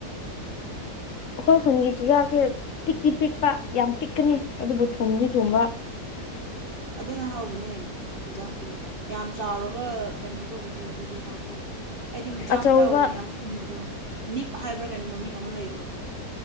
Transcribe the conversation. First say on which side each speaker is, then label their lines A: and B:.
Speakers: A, on the left; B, on the right.
A: ꯑꯩꯈꯣꯏ ꯈꯨꯟꯒꯤ ꯆꯨꯖꯥꯛꯁꯦ ꯄꯤꯛꯇꯤ ꯄꯤꯛꯄ ꯌꯥꯝ ꯄꯤꯛꯀꯅꯤ ꯑꯗꯨꯕꯨ ꯊꯨꯝꯗꯤ ꯊꯨꯝꯕ
B: ꯑꯗꯨꯅ ꯍꯥꯎꯕꯅꯦ ꯆꯨꯖꯥꯛꯇꯤ ꯌꯥꯝ ꯆꯥꯎꯔꯒ ꯀꯩꯅꯣ ꯇꯧꯕꯗꯣ ꯑꯗꯨꯗꯤ ꯍꯥꯎꯇꯦ ꯑꯩꯗꯤ ꯃꯆꯥ
A: ꯑꯆꯧꯕ
B: ꯃꯆꯥ ꯑꯣꯏꯅ ꯌꯥꯝ ꯊꯨꯝꯕꯗꯣ ꯅꯤꯞ ꯍꯥꯏꯕ꯭ꯔꯥ ꯀꯩꯅꯣ ꯃꯃꯤꯡ ꯑꯃ ꯂꯩꯕꯅꯦ